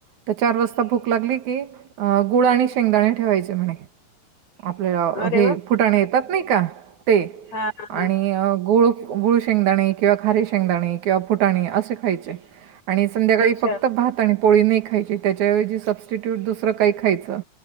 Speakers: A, on the right; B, on the left.
A: तर चार वाजता भूक लागली की गुळ आणि शेंगदाणे ठेवायचे म्हणे आपल्या
B: अरे
A: हे
B: वा
A: फुटाणे येतात नाही का ते
B: हा हा हा.
A: आणि गोळ, गुळ शेंगदाणे किंवा खारीे शेंगदाणे किंवा फुटाणे असे खायचे, आणि संध्याकाळी
B: अच्छा
A: फक्त भात आणि पोळी नाही खायची त्याच्याऐवजी सबस्टिट्यूट दुसरं काही खायचं